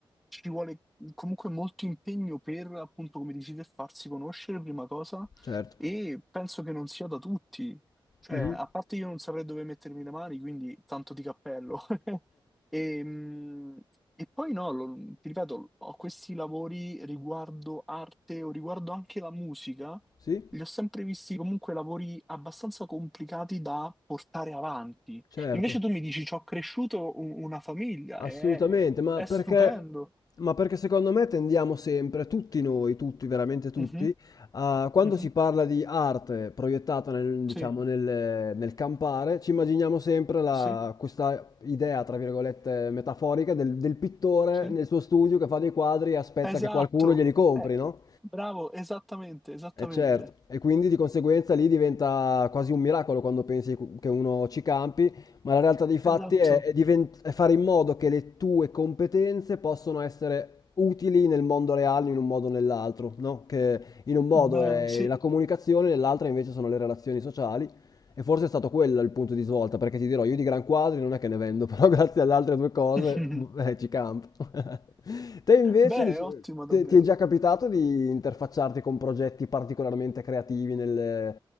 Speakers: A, in the centre; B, on the left (about 45°).
A: ci vuole comunque molto impegno per, appunto, come dici te, farsi conoscere, prima cosa,
B: Certo.
A: e penso che non sia da tutti, cioè,
B: mhm,
A: a parte io non saprei dove mettermi le mani, quindi tanto di cappello. <laughs> E, mh, e poi no, lo- ti ripeto, ho questi lavori riguardo arte o riguardo anche la musica,
B: Sì,
A: li ho sempre visti comunque lavori abbastanza complicati da portare avanti.
B: certo.
A: Invece tu mi dici, ci ho cresciuto u- una famiglia,
B: Assolutamente,
A: è,
B: ma
A: è
B: perché,
A: stupendo.
B: ma perché secondo me tendiamo sempre, tutti noi, tutti, veramente tutti,
A: Mhm,
B: a, quando
A: mhm,
B: si parla di arte proiettata nel, diciamo,
A: Sì,
B: nel, nel campare, ci immaginiamo sempre la-
A: sì,
B: questa idea, tra virgolette, metaforica del, del pittore
A: sì.
B: nel suo studio che fa dei quadri e aspetta
A: Esatto.
B: che qualcuno glieli compri,
A: Eh,
B: no?
A: bravo, esattamente, esattamente.
B: E certo, e quindi di conseguenza lì diventa quasi un miracolo quando pensi cu- che uno ci campi, ma la realtà dei fatti
A: Esatto.
B: è, è diven- è fare in modo che le tue competenze possano essere utili nel mondo reale in un modo o nell'altro, no? Che in un modo
A: Beh,
B: è
A: sì.
B: la comunicazione, nell'altro invece sono le relazioni sociali. E forse è stato quello il punto di svolta, perché ti dirò, io di gran quadri non è che ne vendo, <laughs> però grazie alle altre due cose
A: <laughs>
B: eh, ci campo. <laughs> Te invece
A: Beh,
B: dici-
A: è ottimo davvero.
B: te- ti è già capitato di interfacciarti con progetti particolarmente creativi nel...